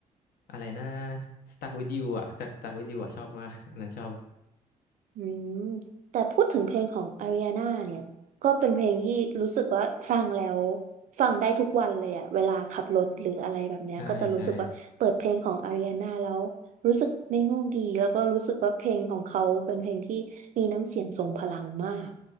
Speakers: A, on the left; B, on the right.
A: อะไรนะ Stuck with you อ่ะ Stuck with you อ่ะชอบมากอันนั้นชอบ
B: อืมแต่พูดถึงเพลงของอาริอาน่าเนี่ยก็เป็นเพลงที่รู้สึกว่าฟังแล้วฟังได้ทุกวันเลยอะเวลาขับรถหรืออะไรแบบเนี้ยก็จะรู้สึกว่าเปิดเพลงของอาริอาน่าแล้วรู้สึกไม่ง่วงดีแล้วก็รู้สึกว่าเพลงของเขาเป็นเพลงที่มีน้ำเสียงทรงพลังมาก
A: ใช่ใช่